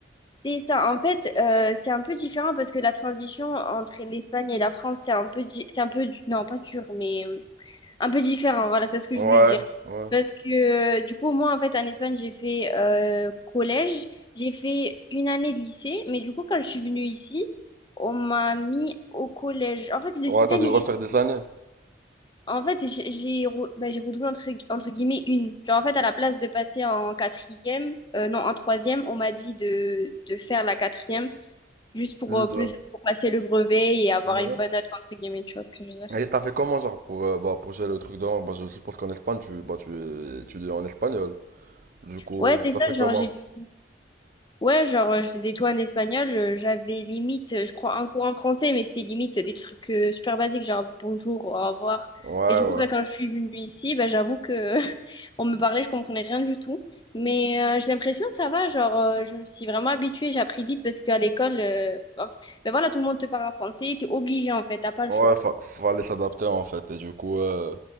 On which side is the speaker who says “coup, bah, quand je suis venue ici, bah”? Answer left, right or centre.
Left